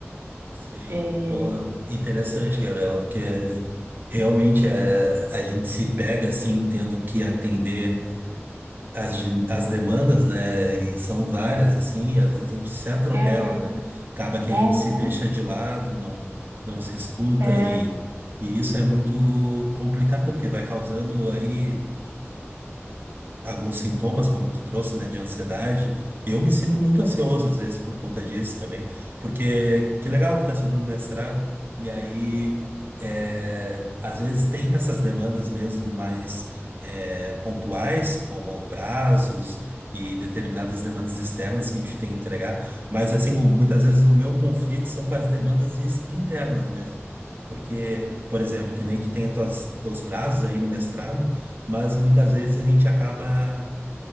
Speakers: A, on the right (about 45°); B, on the right (about 80°).
A: Sei,
B: É,
A: pô, interessante, Gabriela, porque realmente é, a gente se pega assim, tendo que atender as, din- as demandas, né? E são várias, assim, e às vezes a gente se atropela,
B: Uhum,
A: né? Acaba que a
B: uhum.
A: gente se deixa de lado, não, não se escuta,
B: é,
A: e, e isso é muito complicado, porque vai causando aí alguns sintomas, como tu trouxe, né, de ansiedade. Eu me sinto muito ansioso às vezes por conta disso também, porque que legal que tá fazendo mestrado e aí é, às vezes tem essas demandas mesmo mais é, pontuais, como prazos e determinadas demandas externas que a gente tem que entregar, mas assim o- muitas vezes o meu conflito são com as demandas is- internas mesmo. né? Porque, por exemplo, que nem tu tem os teus prazos aí no mestrado, mas muitas vezes a gente acaba